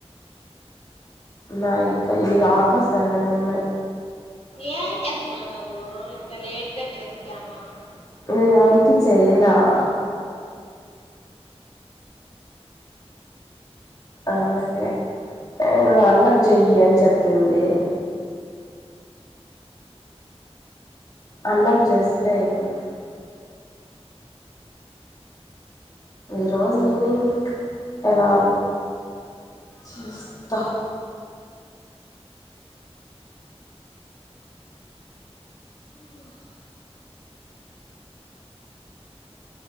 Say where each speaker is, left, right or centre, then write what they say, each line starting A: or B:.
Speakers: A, on the left; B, on the left.
A: ఉన్నాయి ఇంకా ఇది కాక సెవెన్ ఉన్నాయి
B: ఏం చేస్తున్నావు నువ్వు ఇంత లేట్ గా చేస్తాన్నావ్
A: నేను ఎవరికి చెయ్ల ఆ అందుకే ఇగ అన్నకి చెయ్యి అని చెప్పింది అల్లక్ జేస్తే అయిపోతయి ఈరోజు ఈవినింగ్ ఎలా చేస్తా